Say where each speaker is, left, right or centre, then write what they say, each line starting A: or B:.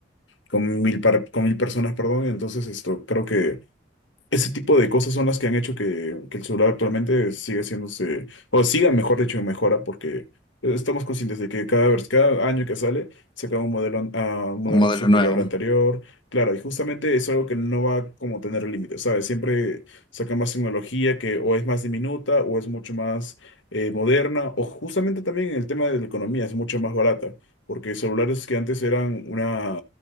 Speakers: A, on the left (about 80°); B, on the left (about 25°).
A: con mil, par- con mil personas, perdón. Entonces, esto, creo que ese tipo de cosas son las que han hecho que, que el celular actualmente siga haciéndose, o siga, mejor dicho, en mejora, porque estamos conscientes de que cada, vez cada año que sale, saca un modelo, an- ah, un modelo
B: Un modelo
A: superior
B: nuevo.
A: al anterior. Claro, y justamente es algo que no va como a tener límites, ¿sabes? Siempre sacan más tecnología que o es más diminuta o es mucho más eh, moderna, o justamente también en el tema de la economía es mucho más barata, porque celulares que antes eran una